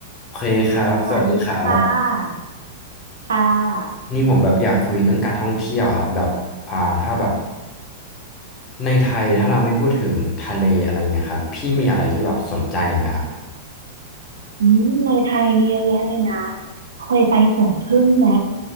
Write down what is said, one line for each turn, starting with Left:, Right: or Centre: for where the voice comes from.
Left: โอเคครับสวัสดีครับ
Right: สวัสดีค่ะ ค่ะ
Left: นี่ผมแบบอยากคุยเรื่องการท่องเที่ยวครับแบบอ่าถ้าแบบในไทยถ้าเราไม่พูดถึงทะเลอะไรเงี้ยครับพี่มีอะไรที่แบบสนใจไหมครับ
Right: อืมในไทยมีเยอะแยะเลยนะ เคยไปสวนผึ้งไหม